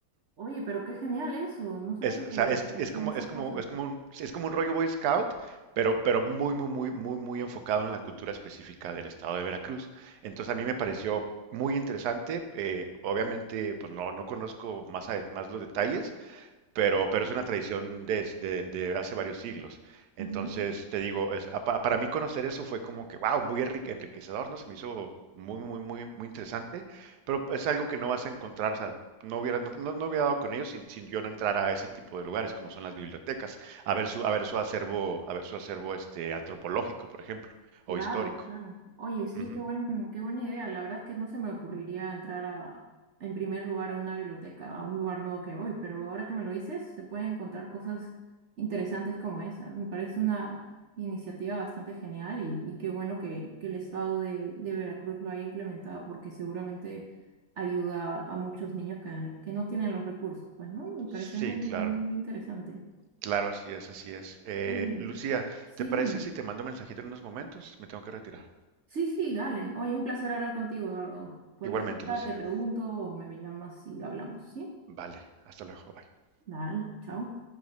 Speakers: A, on the right; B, on the right.
A: Oye, pero qué genial eso. No sabía
B: Es, o
A: que,
B: sea, es,
A: que
B: es
A: hacían
B: como,
A: esas
B: es como,
A: cosas.
B: es como un, es como un rollo Boy Scout, pero, pero muy, muy, muy, muy, muy enfocado en la cultura específica del estado de Veracruz. Entonces a mí me pareció muy interesante. eh, obviamente, pues no, no conozco más, a- más los detalles, pero, pero es una tradición desde de, de hace varios siglos. Entonces,
A: Ujú.
B: te digo, es, a- pa- para mí conocer eso fue como que, wow, muy enrique- enriquecedor, ¿no? Se me hizo muy, muy, muy, muy interesante, pero es algo que no vas a encontrar, o sea, no hubiera, no, no- no hubiera dado con ellos sin, sin yo no entrar a ese tipo de lugares, como son las bibliotecas, a ver su, a ver su acervo, a ver su acervo este, antropológico, por ejemplo,
A: Claro,
B: o histórico.
A: claro. Oye, sí,
B: Ujú.
A: qué buen, qué buena idea. La verdad es que no se me ocurriría entrar a, en primer lugar a una biblioteca, a un lugar nuevo que voy, pero ahora que me lo dices, se pueden encontrar cosas interesantes como esa. Me parece una iniciativa bastante genial y, y qué bueno que, que el estado de, de Veracruz lo haya implementado, porque seguramente ayuda a muchos niños que, que no tienen los recursos. Pues, ¿no? Me parece
B: Sí,
A: muy,
B: claro,
A: muy interesante.
B: claro, así es, así es. Eh,
A: Oye,
B: Lucía,
A: sí,
B: ¿te parece
A: dime.
B: si te mando un mensajito en unos momentos? Me tengo que retirar.
A: Sí, sí, dale. Oye, un placer hablar contigo, Eduardo. Cualquier
B: Igualmente,
A: cosa
B: Lucía.
A: te pregunto o me llamas y hablamos, ¿sí?
B: Vale, hasta luego. Bye.
A: Dale, chao.